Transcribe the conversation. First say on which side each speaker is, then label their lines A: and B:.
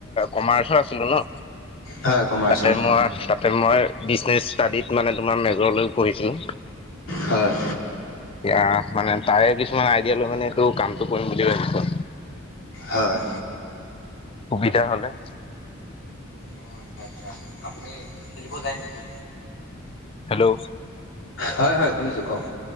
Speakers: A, on the left (about 25°); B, on the left (about 70°).
A: কমাছৰ আছিলো ন
B: হয় কমাৰ্চৰ
A: তাতে মই তাতে মই বিজনেছ ষ্টাডিত মানে তোমাৰ মেজৰলৈ পঢ়িছিলো।
B: হয়।
A: এতিয়া মানে তাৰে কিছুমান আইডিয়া লৈ মানে তটো কামটো কৰিম বুলি ভাবিছ
B: হয়
A: সুবিধা হ'লে-
B: অ আচ্ছা আচ্ছা। আপুনি খেলিব যায় নেকি?
A: হেল্ল'
B: হয় হয়। শুনিছোঁ কওক